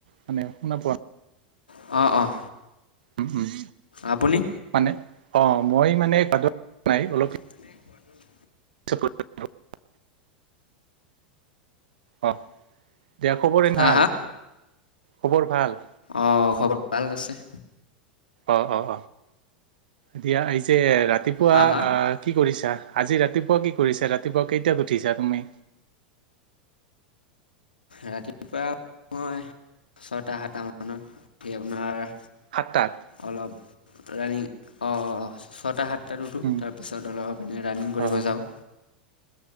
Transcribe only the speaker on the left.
অঁ, অঁ।
আপুনি
<inaudible>
হা
হা
অ' খবৰ ভাল আছে।
হা হা
ৰাতিপুৱা মই ছয়টা সাতটা মানত আপোনাৰ
অলপ ৰানিং অ' ছয়টা সাতটা। তাত উঠোঁ
তাৰ পিছত অলপ এনেই ৰানিং কৰিব
যাওঁ।